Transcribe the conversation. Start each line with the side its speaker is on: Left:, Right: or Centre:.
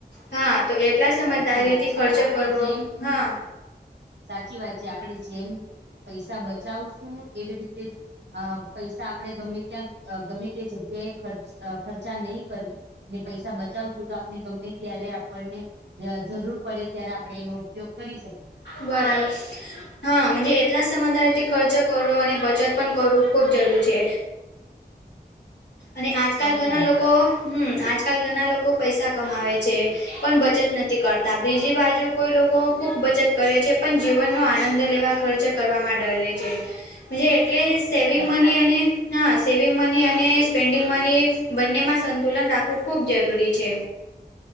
Left: હા તો એટલા સમજદારી
Right: સાચી વાત
Left: થી
Right: છે
Left: ખર્ચો
Right: આપણે
Left: કરવો
Right: જેમ
Left: હા...
Right: સાચી વાત છે આપણેે જેમ પૈસા બચાવશું એવી રીતે... પૈસા આપણેે ગમે ત્યાં ગમે તે જગ્યા એ ખર્ચ ખર્ચા નહી કરી... ને પૈસા બચાવશું તો આપ... ગમે ત્યારે આપણને જરૂર પડે ત્યારે આપણે એનો ઉપયોગ કરી શકીએ. છીએ
Left: બરાબર. હા એટલા જ સમજદારી થી ખર્ચ કરવો અને બચત પણ કરવું ખૂબ જરૂરી છે. અને આજકાલ
Right: સાચી
Left: ઘરના
Right: વાત
Left: લોકો... હમ આજકાલ ઘણા લોકો પૈસા કમાવે છે પણ બચત નથી કરતા બીજી બાજુ કોઈ લોકો... ખૂબ બચત કરે છે પણ જીવનનો આનંદ લેવા ખર્ચ કરવામાં ડરે છે. એટલે સેવિંગ
Right: સાચી
Left: મની
Right: વાત
Left: અને... હા સેવિગ મની અને સ્પેન્ડિંગ મની બંનેમાં સંતુલન ખૂબ જરૂરી છે.